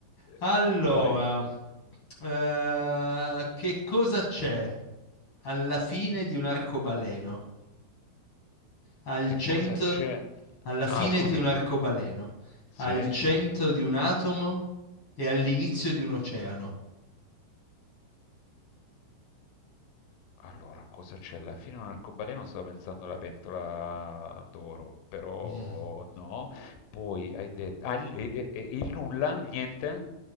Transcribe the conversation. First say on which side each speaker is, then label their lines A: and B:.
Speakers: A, on the left (about 85°); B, on the left (about 60°).
A: eh,
B: Allora,
A: Vai.
B: eh, che cosa c'è alla fine di un arcobaleno? Al
A: Che
B: centro,
A: cosa c'è?
B: alla
A: Ah,
B: fine
A: scusami.
B: di un arcobaleno,
A: Sì?
B: al centro di un atomo e all'inizio di un oceano.
A: Allora, cosa c'è? Alla fine un arcobaleno, stavo pensando alla pentola d'oro, però
B: Mm.
A: no. Poi hai detto... Ah, il, e- e- il nulla? Il Niente?